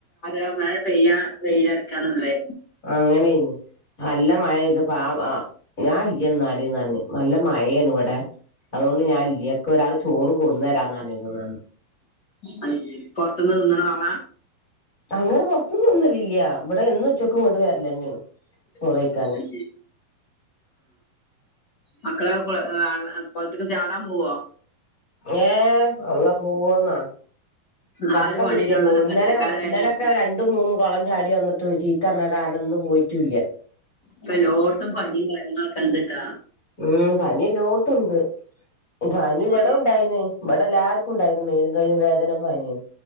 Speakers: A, on the left (about 65°); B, on the left (about 20°).
A: ആ മഴ പെയ്യാ വെയിലടക്കാന്നല്ലേ
B: ആ അങ്ങനെയ്നി നല്ല മഴ ഇത് പ ഞാൻ ഇല്ല എന്നാല് റഞ്ഞ് നല്ല മഴാണ് ഇവിടെ അതുകൊണ്ട് ഞാൻ ഇല്ല ക്ക് ഒരാള് ചോറ് കൊടന്ന് തരാന്ന് പറഞ്ഞരിക്കാണ്
A: അത് ശരി പൊറത്തുന്ന് തിന്ന്ണ ആളാ
B: അങ്ങനെ പുറത്തുനിന്ന്ലില്ല ഇവിടെ എന്നും ഉച്ചക്കും ഇ ങ്ങോട്ട് വര ലെന്യാണ് ചോറെയ്ക്കാന്
A: അത് ശരി മക്കള് കൊളത്ത്ക്ക് ചാടാൻ പോവോ
B: ഏ അള്ളാ പോവോന്നൊ തക്കം
A: ആ ഒരു പണിയല്ലേ
B: കിട്ടിയപ്പോവും
A: ഉള്ളൂല്ലോ
B: ഇന്നലെ
A: വർഷക്കാലായാല്
B: ഇന്നലെൊക്കെ രണ്ടും മൂന്നും കുളം ചാടി വന്നിട്ട് ചീത്തറിഞ്ഞ കാരണം ഇന്ന് പോയിട്ടുല്ല
A: ഇപ്പ എല്ലോടത്തും പനിയും കര്യങ്ങള് ഇണ്ടിട്ടാ
B: ഉം പനി ലോട്ത്തുണ്ട് പനി ഇവിടം
A: ശരി
B: ഉണ്ടായിന്ന് ഇവിടം എല്ലാർക്കും ഉണ്ടായിന്ന് മേലും കയും വേദനയും പനിയും